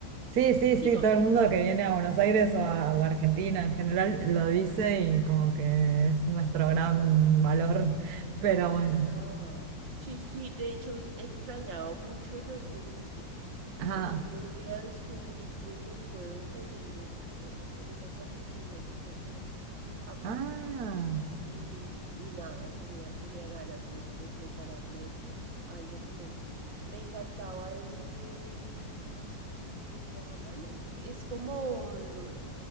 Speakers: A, on the right (about 60°); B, on the right (about 80°).
A: Sí, sí,
B: Sigo.
A: sí, todo el mundo que viene a Buenos Aires o a, o a Argentina en general lo dice
B: Ah.
A: y como que es nuestro gran
B: Claro.
A: valor, pero bueno.
B: Total. Sí, sí, de hecho extrañaba mucho el osobuco.
A: Ah,
B: El otro día descubrí que lo puedo pedir en, en, en una carnicería que queda cerca a casa.
A: ah.
B: Y, y nada, tenía, tenía ganas de, de prepararme algo con eso. Me encantaba ese, ay, ¿cómo es que le llaman? Es, es como, mm,